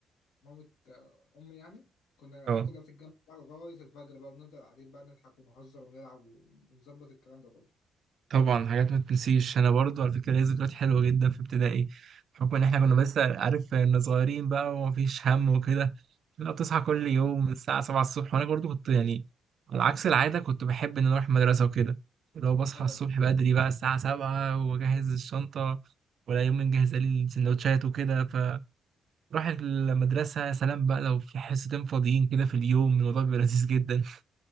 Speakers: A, on the left; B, on the right.
A: مامة آه، امي يعني كنا العيله
B: اه
A: كلها بتتجمع بقى لغايه الفجر بقى بنفضل قاعدين بقى نضحك ونهزر ونلعب ونظبط الكلام ده كله
B: طبعا حاجات ما تنسيش انا برضو على فكره ليا ذكريات حلوه جدا في ابتدائي بحكم ان احنا
A: احكي
B: كنا بس عارف ان صغيرين بقى ومفيش هم وكده لا بتصحى كل
A: اه
B: يوم من الساعه 7 الصبح وانا برضو كنت يعني على عكس العاده كنت بحب ان أنا اروح المدرسه وكده لو بصحى
A: ايوه
B: الصبح
A: فعلا
B: بدري بقى الساعه 7 واجهز الشنطه ولا يوم نجهز لي السندوتشات وكده فراح المدرسه يا سلام بقى لو في حصتين فاضيين كده في اليوم الموضوع بيبقى لذيذ جدا